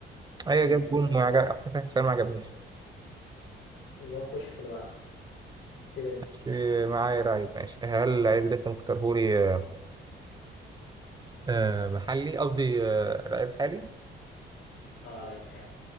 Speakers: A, on the right; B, on the left.
A: أيوة
B: آه
A: جاب جون وعجب احتفال احتفال ما عجبنيش
B: المهم خش في اللي بعده ابتدي انت
A: مش معايا لعيب ماشي هل لعيب اللي أنت مختارهولي آه، آه، محلي قصدي آه، لعيب حالي
B: اه لعيب حالي